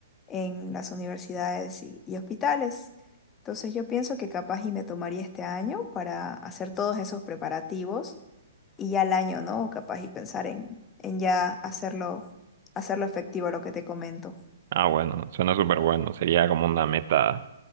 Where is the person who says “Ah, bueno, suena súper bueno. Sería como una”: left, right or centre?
Right